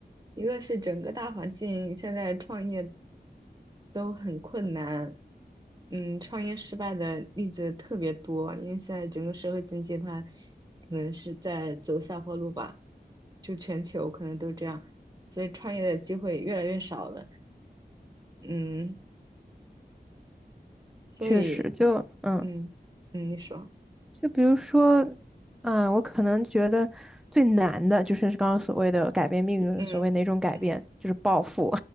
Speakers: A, on the right; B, in the centre.
A: 一个是整个大环境现在创业都很困难，嗯，创业失败的例子特别多，因为现在整个社会经济它可能是在走下坡路吧，就全球可能都这样，所以创业的机会越来越少了，嗯，
B: <laughs>
A: 所以，
B: 确实就嗯。
A: 嗯嗯，你说，
B: 就比如说，嗯，我可能觉得最难的就是刚刚所谓的改变命运，
A: 嗯嗯
B: 所谓哪种改变，就是暴富，